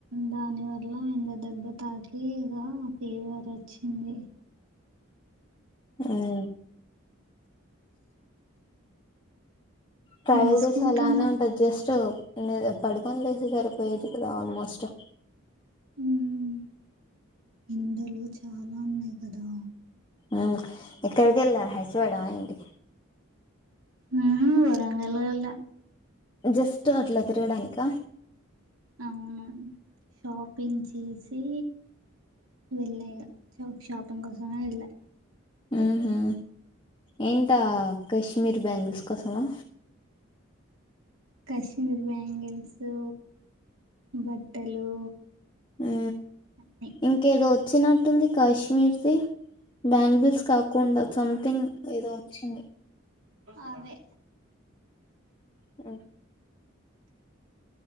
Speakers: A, on the right; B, on the left.
A: దాని వల్ల ఎండ దెబ్బ తాట్కి ఇగా ఫీవర్ వచ్చింది
B: ఉమ్ ట్రావెల్
A: వేసుకుంటున్నా
B: చేసై అలానే ఉంటది జస్ట్ లేద పడుకొనలేసి సరిపోయేది కదా ఆల్మోస్ట్
A: ఉమ్ ఎండలు చాలా ఉన్నాయి కదా
B: అ ఇక్కడికి వెళ్ళా హైస్వాేడ అడి
A: మ్ రంగల్లో వెళ్ళా
B: జస్ట్ అట్ల తిరగడానిిక
A: అవును షాపింగ్ చేసి వెళ్ళా ఇగ షాపిింగ్ కోసమే వెళ్ళా
B: ఊహు ఏంటా కశ్మీర్ బ్యాంగిల్స్ కోసమా
A: కశ్మీర్ బ్యాంగిల్సు బట్టలు
B: అ
A: అన్నీ
B: ఇంకేదో వచ్చినట్టుంది కాశ్మీర్దిి బ్యాంగిల్స్ కాకుండా సంథింగ్ ఏదో ఛ
A: అవె
B: <unintelligible>